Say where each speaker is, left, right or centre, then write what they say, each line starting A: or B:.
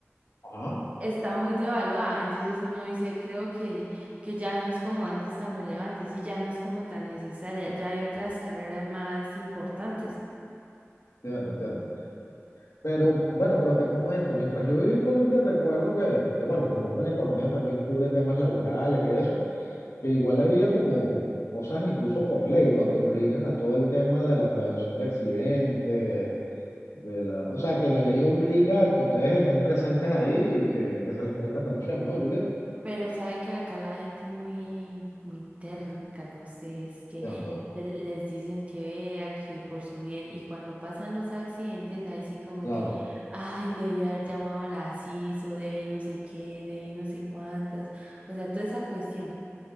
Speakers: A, on the left; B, on the right.
A: ajá.
B: está muy devaluada. Entonces uno dice, creo que, que ya no es como antes tan relevante, sí, ya no es como tan necesaria, ya hay otras carreras más importantes.
A: Entiendo, entiendo. Pero bueno, pero te comento, mientras yo viví en Colombia, recuerdo que, que, bueno, como una economía también cubre temas laborales y eso, que igual había como cosas incluso por ley, ¿no? Que obligan a todo el tema de la prevención de accidentes, de la, o sea, que la ley obliga a que ustedes estén presentes ahí y que, y que se les preste atención, ¿no, Julia?
B: Pero sabe que acá la gente es muy, muy terca, no sé, es que
A: Entiendo,
B: se- les dicen que vea, que por su bien, y cuando pasan los accidentes, ahí sí como
A: claro,
B: que, ay, debí haber llamado a la asis o debí no sé qué, debí no sé cuántas, o sea, toda esa cuestión.